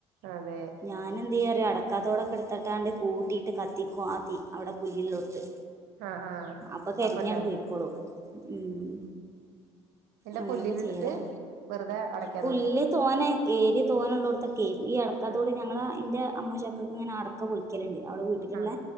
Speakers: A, on the right; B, on the right.
A: അതെ
B: ഞാൻ എന്ത് ചെയ്യ അടക്കാത്തോടൊക്കെ എടുത്തട്ടാണ്ട് കൂ ട്ടി ഇട്ട് കത്തിക്കും അ തീ അവിടെ പുല്ലിലൊട്ത്ത്
A: ആഹ് ആഹ്
B: അപ്പൊ കരിഞ്ഞാട്
A: അപ്പ ഇണ്ടാവില്ലേ
B: പോയിക്കോളൂ ഉം
A: എല്ലാ
B: അങ്ങനൊക്കെ
A: പുല്ലില്
B: ചെയ്യലാ
A: ഇട്ടിട്ട് വെറുതെ അടക്ക
B: പുല്ല് തോനെ ഏരിയ തോന ഉള്ളിടത്തൊക്കെ ഈ അട ക്കത്തോട്
A: ആഹ്
B: ഞങ്ങൾ എൻ്റെ അമ്മ്ശക്കെ ഇങ്ങെനെ അടക്ക പൊളിക്കലണ്ട് അവിടെ വീ ട്ടിലുള്ള
A: ആഹ്